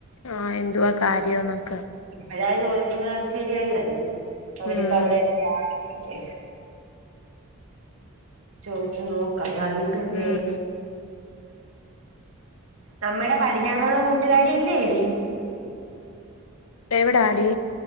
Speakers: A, on the left (about 75°); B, on the right (about 70°).
A: ആഹ് എന്തുവാ കാര്യോന്നൊക്കെ
B: ഇപ്പഴേ അത്‌ ചോദിക്കുന്നത് ശരിയല്ലല്ലേ അവരിപ്പ
A: ഉം
B: അവിടെ
A: ഉം
B: <unintelligible> ചോദിച്ചു നോക്കം അല്ലാതിപ്പം എന്തെയ്യും
A: ഉം
B: നമ്മുടെ പടിഞ്ഞാറുള്ള കൂട്ടുകാരി ഇല്ലേടി
A: എവിടാടി